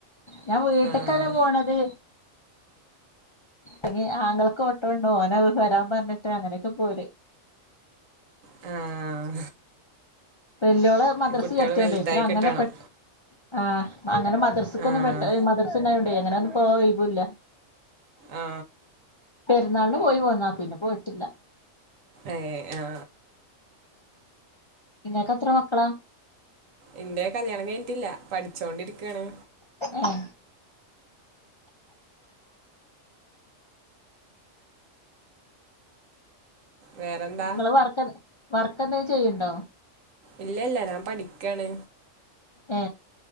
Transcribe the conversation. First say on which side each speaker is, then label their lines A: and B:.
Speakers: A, on the left; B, on the right.
A: ഞാൻ വീട്ടക്കന്നെ
B: ആഹ്
A: പോണത് അല്ലെ ആങ്കൾക്ക് ഓട്ടണ്ടോ ഓന് അവ വരാൻ പറഞ്ഞിട്ട് അങ്ങനെയൊക്കെ പോരെ
B: ആ
A: വെല്ലോള് മദ്രസെ
B: കുട്ടികള്
A: ചേർത്തോണ്ട്
B: വലുതായി
A: ഇപ്പഴ് അങ്ങനെ
B: കിട്ടണം
A: പെട്ട ആ അങ്ങനെ മദ്രസക്കൊന്നും
B: ആഹ്
A: പെട്ട് മദ്രസയുണ്ടായൊണ്ട് അങ്ങനെ പ്പൊ വൈബൂല്ലാ
B: ആ
A: ന്നാളൊന്നു പോയി പോന്നതാ പിന്നെ പോയിട്ടില്ല
B: ഏയ് ആ
A: ഇങ്ങെക്ക് എത്ര മക്കളാ
B: എന്റെ കല്യാണം കഴിഞ്ഞിട്ടില്ല പഠി ച്ചോണ്ടിരിക്കയാണ്
A: ഏഹ്
B: വേറെന്താ
A: ഇങ്ങള് പറക്കാന്ന് വർക്ക് എന്തേലും ചെയ്യണ്ടോ
B: ഇല്ല ഇല്ല ഞാൻ പഠിക്കാണ്
A: ആ